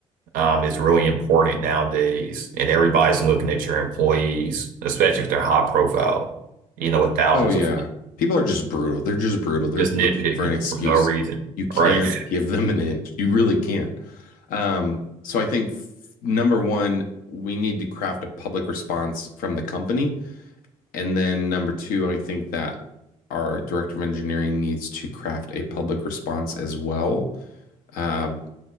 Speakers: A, on the right; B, on the left.
A: um, is really important nowadays, and everybody's looking at your employees, especially if they're high profile, you know, with thousands
B: oh yeah,
A: of
B: people are just brutal. They're just brutal. They're
A: just
B: looking
A: nitpicking
B: for an excuse.
A: for no reason.
B: You can't
A: Right.
B: give them an inch. You really can't. Um, so I think f- number one, we need to craft a public response from the company, and then number two, I think that our director of engineering needs to craft a public response as well. Uh,